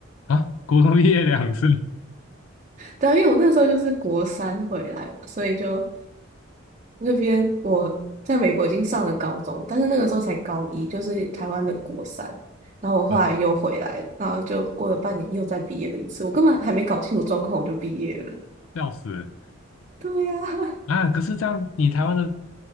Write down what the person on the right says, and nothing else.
对啊，因为我那时候就是国三回来嘛，所以就那边我在美国已经上了高中，但是那个时候才高一，就是台湾的国三。然后我后来又回来了，
然后就过了半年又再毕业了一次，我根本还没搞清楚状况我就毕业了。
对呀、